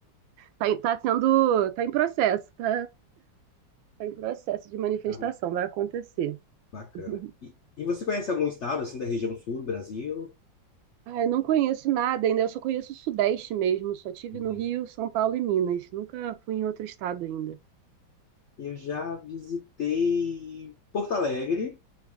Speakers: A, on the right; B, on the left.
A: Tá, em- tá sendo, tá em processo, tá, tá em processo de manifestação,
B: Ah,
A: vai acontecer.
B: bacana.
A: <laughs>
B: E, e você conhece algum estado, assim, da região sul do Brasil?
A: Ai, não conheço nada ainda, eu só conheço o Sudeste mesmo, só tive
B: Uhum.
A: no Rio, São Paulo e Minas, nunca fui em outro estado ainda.
B: Eu já visitei Porto Alegre.